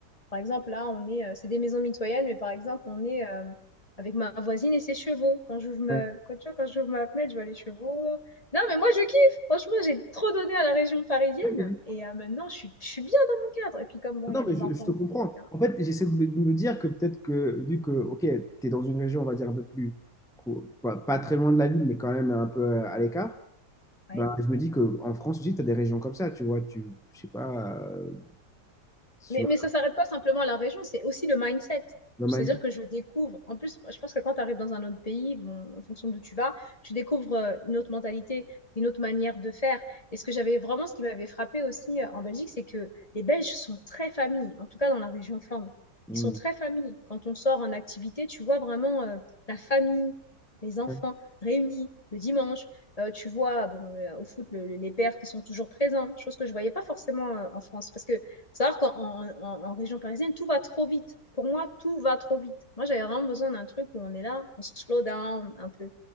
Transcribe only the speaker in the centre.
ouais.
Ok.
Non,
mais je,
je te
comprends. En fait, j'essaie de me, de me dire que peut-être que, vu que, ok, tu es dans une région, on va dire, un peu plus, pro- pas, pas très loin de la ville, mais quand même un peu euh, à l'écart,
bah, je me dis qu'en France aussi, tu as des régions comme ça, tu vois, tu, je sais pas, euh, si
tu vas
dans ma-
Hmm.
Ouais,